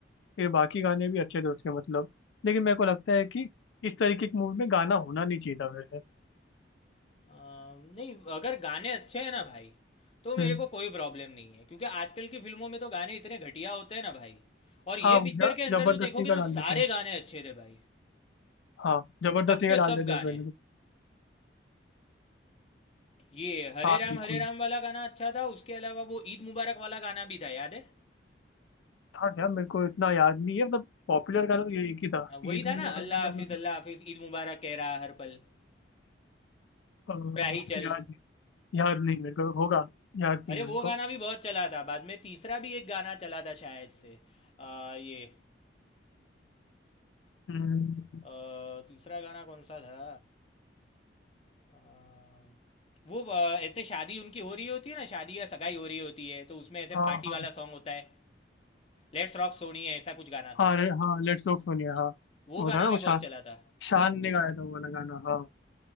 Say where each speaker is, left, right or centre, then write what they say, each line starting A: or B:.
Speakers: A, on the left; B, on the left.
A: फिर बाकी गाने भी अच्छे थे उसके मतलब लेकिन मेरे को लगता है कि इस तरीके की मूवी में गाना होना नहीं चाहिए था वैसे
B: अम, नहीं अगर गाने अच्छे हैं ना भाई तो मेरे
A: हम्म
B: को कोई प्रॉब्लम नहीं है क्योंकि आजकल की फिल्मों में तो गाने इतने घटिया होते हैं ना भाई और ये
A: हाँ
B: पिक्चर
A: या
B: के अंदर
A: जबरदस्ती
B: तो देखोगे
A: का
B: ना
A: डाल
B: तो सारे
A: देते हैं
B: गाने अच्छे थे भाई
A: हाँ जबरदस्ती
B: सबके
A: का डाल
B: सब
A: देते
B: गाने
A: हैं पहले तो
B: ये हरे
A: हाँ
B: राम
A: बिल्कुल
B: हरे राम वाला गाना अच्छा था उसके अलावा वो ईद मुबारक वाला गाना भी था याद है
A: था क्या मेरे को इतना याद नहीं है सब पॉपुलर गाना तो ये एक ही था
B: हाँ, वही
A: ईद मुबारक
B: था ना अल्लाह
A: वाला
B: हाफिज
A: गाना
B: अल्लाह हाफिज ईद मुबारक कह रहा हर पल
A: अ,
B: राही चल
A: याद नहीं याद नहीं मेरे को होगा याद नहीं
B: अरे
A: है मेरे
B: वो गाना
A: को
B: भी बहुत चला था बाद में तीसरा भी एक गाना चला था शायद से आ, ये
A: हम्म,
B: आ, तीसरा गाना कौन सा था आ, वो आ, ऐसे शादी उनकी हो रही होती है ना शादी या सगाई हो रही होती है तो उसमें ऐसे
A: हाँ
B: पार्टी
A: हाँ
B: वाला सॉन्ग होता है लेट्स रॉक सोनी है ऐसा कुछ गाना
A: हाँ
B: था
A: रे हाँ लेट्स टॉक सुनिए हाँ
B: वो
A: वो
B: गाना
A: था ना वो
B: भी
A: शान
B: बहुत चला था
A: शान ने गाया था वो वाला गाना हाँ